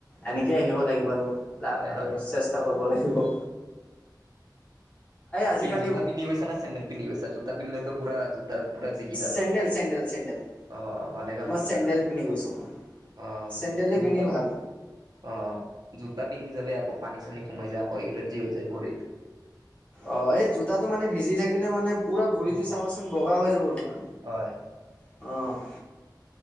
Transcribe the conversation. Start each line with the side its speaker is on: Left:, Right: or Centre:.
Left: এনেকে আহিব লাগিব আৰু
Right: হয়
Left: আৰু
Right: হয়
Left: চেষ্টা কৰিব লাগিব। আ, আজিকালি
Right: কি জোতা পিন্ধি গৈছা না চেণ্ডেল পিন্ধি গৈছা, জোতা পিন্ধিলেতো পুৰা জোতা পুৰা জিকি যাব।
Left: চেণ্ডেল চেণ্ডেল চেণ্ডেল
Right: অ' ভালে কাম
Left: তোমাৰ
Right: কৰিছা।
Left: চেণ্ডেল পিন্ধি গৈছো মই।
Right: অ'
Left: চেণ্ডেলে
Right: জোতাত
Left: পিন্ধি ভাল।
Right: অ' জোতা পিন্ধি যালে আকৌ পানী চানী সোমাই যায়, আকৌ এলাৰ্জি হৈ যায় ভৰিত।
Left: অ' এই জোতাটো মানে ভিজি থাকিলে মানে পুৰা ভডিটো
Right: উম
Left: চাবচোন বগা হৈ যাব তোমাৰ।
Right: হয়
Left: অ'।